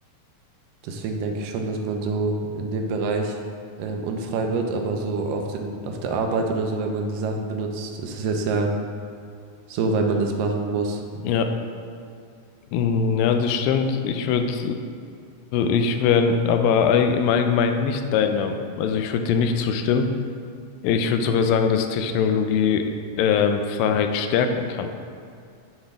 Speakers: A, on the right; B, on the left.
A: Deswegen denke ich schon, dass man so in dem Bereich ähm, unfrei wird, aber so auf dem, auf der Arbeit oder so, wenn man die Sachen benutzt, ist es jetzt ja so, weil man das machen muss.
B: Ja. Mm, Ja, das stimmt. Ich würde, ich wäre aber all, im Allgemeinen nicht deiner, also ich würde dir nicht zustimmen. Ich würde sogar sagen, dass Technologie ähm, Freiheit stärken kann.